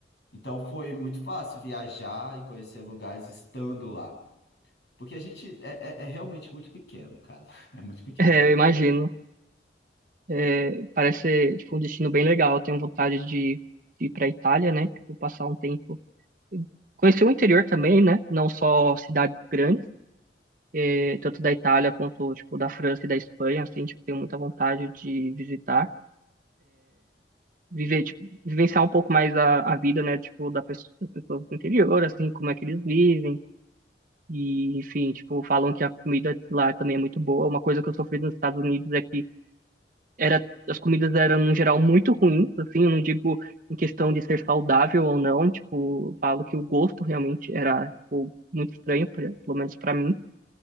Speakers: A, on the left; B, on the right.
A: Então foi muito fácil viajar e conhecer lugares estando lá. Porque a gente é, é é realmente muito pequeno, cara. <laughs> É muito pequenininho.
B: É, eu imagino. É, parece ser, tipo, um destino bem legal. Eu tenho vontade de, de ir para Itália, né? Tipo, passar um tempo. Conhecer o interior também, né? Não só cidades grandes, é, tanto da Itália quanto, tipo, da França e da Espanha, assim, tipo, tenho muita vontade de visitar. Viver, tipo, vivenciar um pouco mais a, a vida, né? Tipo, da pessoa, das pessoas do interior, assim, como é que eles vivem. E, enfim, tipo, falam que a comida lá também é muito boa. Uma coisa que eu sofri nos Estados Unidos é que era, as comidas eram, no geral, muito ruins, assim, eu não digo em questão de ser saudável ou não, tipo, eu falo que o gosto realmente era, tipo, muito estranho, pra- pelo menos pra mim.